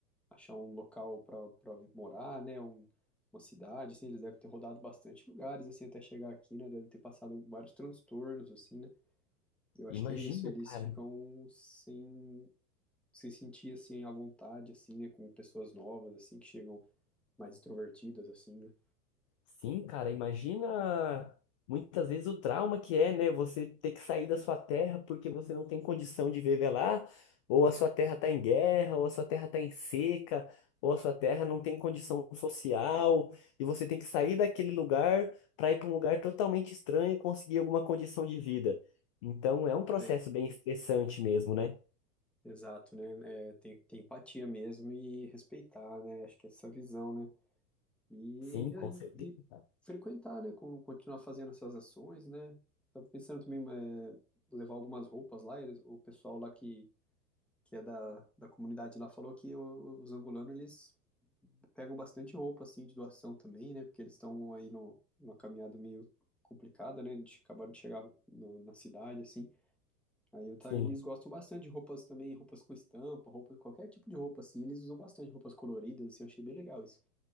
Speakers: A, in the centre; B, on the left.
A: achar um local pra, pra vi- morar, né? Um, uma cidade, assim. Eles devem ter rodado bastante lugares, assim, até chegar aqui, né? Deve ter passado vários transtornos, assim, né? Eu acho
B: Imagina,
A: que é isso. Eles
B: cara.
A: ficam sem se sentir, assim, à vontade, assim, né? Com pessoas novas, assim, que chegam mais extrovertidas, assim, né?
B: Sim, cara, imagina muitas vezes o trauma que é, né? Você ter que sair da sua terra porque você não tem condição de viver lá, ou a sua terra tá em guerra, ou a sua terra tá em seca, ou a sua terra não tem condição social, e você tem que sair daquele lugar para ir para um lugar totalmente estranho e conseguir alguma condição de vida. Então é
A: Pois
B: um processo
A: é.
B: bem estressante mesmo, né?
A: Exato, né? É, tem que ter empatia mesmo e respeitar, né? Acho que é essa visão, né? E,
B: Sim,
A: e,
B: com
A: aí-
B: certeza.
A: e
B: cara.
A: frequentar, né? Com- Continuar fazendo essas ações, né? Tava pensando também é, levar algumas roupas lá. eles- o pessoal lá que, que é da, da comunidade lá falou que o- os angolanos, eles pegam bastante roupa, assim, de doação também, né? Porque eles estão aí no, numa caminhada meio complicada, né? De, acabaram de chegar no- na cidade, assim. Aí eu tá,
B: Sim.
A: eles gostam bastante de roupas também, roupas com estampa, roupa, qualquer tipo de roupa, assim, eles usam bastante roupas coloridas, assim, eu achei bem legal isso.